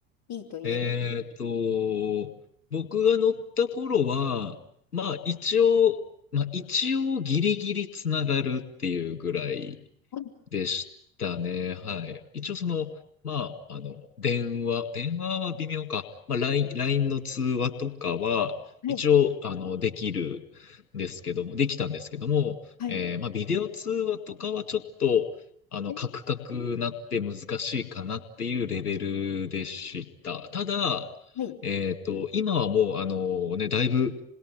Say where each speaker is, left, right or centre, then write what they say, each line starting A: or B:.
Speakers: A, on the left; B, on the left.
A: いいと言える。
B: えっと、僕が乗った頃は、まあ一応、まあ一応ギリギリつながるっていうぐらい
A: あ
B: でしたね。はい。一応その、まあ、あの、電話、電話は微妙か。まあ、ラインラインの通話とかは、
A: はい。
B: 一応、あの、できるんですけども、できたんですけども、
A: はい。
B: えーまあ、ビデオ通話とかはちょっと、あの、
A: はい。
B: カクカクなって難しいかなっていうレベルでした。ただ、
A: はい。
B: えっと、今はもう、あのね、だいぶ